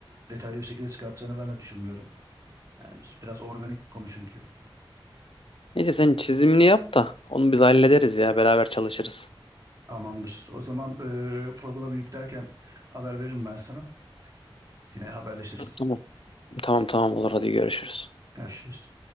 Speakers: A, on the right (about 35°); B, on the left (about 75°).
A: detaylı bir şekilde çıkartacağını ben de düşünmüyorum. Yani biraz organik bir konu çünkü.
B: Neyse sen çizimini yap da onu biz hallederiz ya beraber çalışırız.
A: Tamamdır. O zaman e, programı yüklerken haber veririm ben sana. Yine haberleşiriz.
B: Tamam. Tamam tamam olur hadi görüşürüz.
A: Görüşürüz.